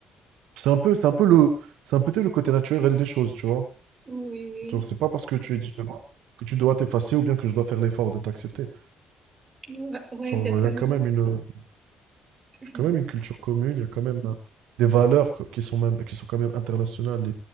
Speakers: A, on the right; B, on the right.
A: C'est un peu, c'est un peu le, c'est un peu le côté naturel des choses, tu vois.
B: Oui, oui.
A: Genre, c'est pas parce que tu es différent que tu dois t'effacer ou bien que je dois faire l'effort de t'accepter.
B: Ouais, ouais,
A: Genre,
B: exactement.
A: il y a quand même une,
B: <laughs> Mhm.
A: quand même une culture commune, il y a quand même euh, des valeurs que- qui sont même, qui sont quand même internationales